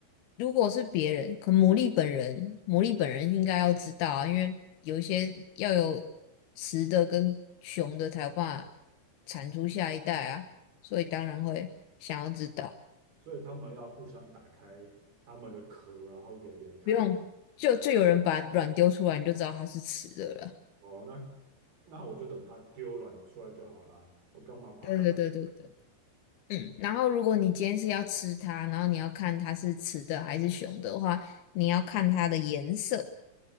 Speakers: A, on the left (about 80°); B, on the right (about 75°).
A: 如果是别人，可牡蛎本人，牡蛎本人应该要知道啊，因为有一些要有雌的跟雄的才有办法产出下一代啊，所以当然会想要知道。
B: 所以他们要互相打开他们的壳，然后给别人看。
A: 不用，就就有人把卵丢出来，你就知道它是雌的了。
B: 哦，那那我就等它丢卵出来就好啦，我干嘛把它打开？
A: 对对对对对，嗯。然后如果你今天是要吃它，然后你要看它是雌的还是雄的话，你要看它的颜色。